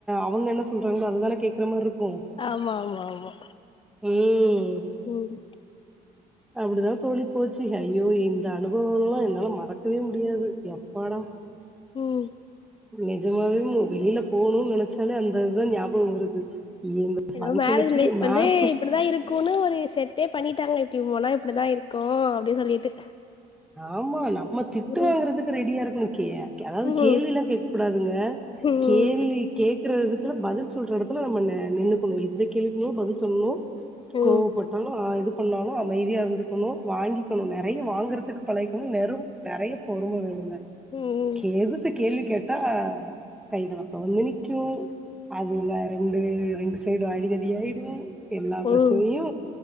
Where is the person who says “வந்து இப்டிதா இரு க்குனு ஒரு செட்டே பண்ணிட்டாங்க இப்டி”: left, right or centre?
Left